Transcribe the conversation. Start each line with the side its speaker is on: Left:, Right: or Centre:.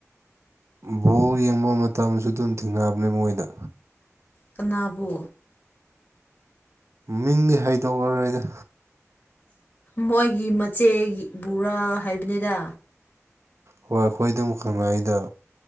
Right: ꯕꯣꯜ ꯌꯦꯡꯕ ꯃꯇꯝꯁꯨ ꯑꯗꯨꯝ ꯊꯦꯡꯅꯕꯅꯦ ꯃꯣꯏꯗ
Left: ꯀꯅꯥꯕꯨ
Right: ꯃꯤꯡꯗꯤ ꯍꯩꯗꯣꯛꯂꯔꯣꯏꯗ
Left: ꯃꯣꯏꯒꯤ ꯃꯆꯦꯒꯤ ꯕꯨꯔꯥ ꯍꯥꯏꯕꯅꯤꯗ
Right: ꯍꯣꯏ ꯑꯩꯈꯣꯏ ꯑꯗꯨꯝ ꯈꯪꯅꯩꯗ